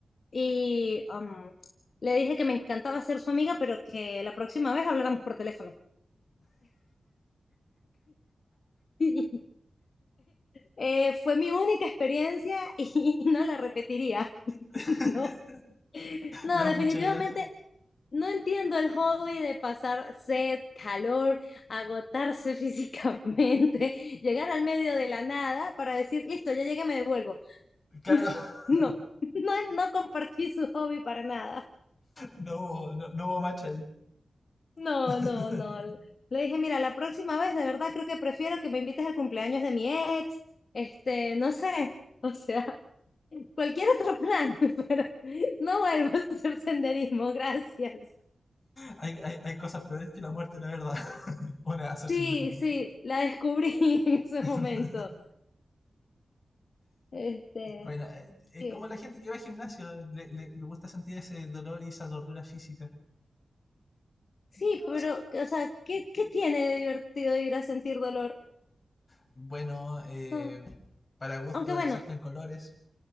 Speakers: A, on the left; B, on the left.
A: y um, le dije que me encantaba ser su amiga, pero que la próxima vez habláramos por teléfono. <laughs> Eh, fue mi única experiencia y <laughs> no la repetiría. <laughs>
B: <laughs>
A: No, no,
B: no,
A: definitivamente
B: muchas gracias.
A: No entiendo el hobby de pasar sed, calor, agotarse físicamente, <laughs> llegar al medio de la nada para decir, listo, ya llegué, me devuelvo.
B: Claro,
A: <laughs>
B: <laughs>
A: No, no, no compartí su hobby para nada.
B: no hubo, no, no hubo match ahí.
A: No,
B: <laughs>
A: no, no. Le dije, mira, la próxima vez de verdad creo que prefiero que me invites al cumpleaños de mi ex, este, no sé, <laughs> o sea, cualquier otro plan, <laughs> pero no vuelvo a hacer senderismo, gracias.
B: Hay, hay, hay cosas peores que la muerte, la verdad. <laughs> Una, hacer senderismo.
A: Sí, sí, la descubrí <laughs> en ese momento.
B: <laughs>
A: Este,
B: Bueno, eh, es
A: sí,
B: como la gente que va al gimnasio, le, le- le gusta sentir ese dolor y esa tortura física.
A: sí,
B: No
A: pero,
B: lo sé por qué.
A: o sea, ¿qué, qué tiene de divertido ir a sentir dolor?
B: Bueno, eh,
A: No,
B: para gusto
A: aunque bueno,
B: existen colores.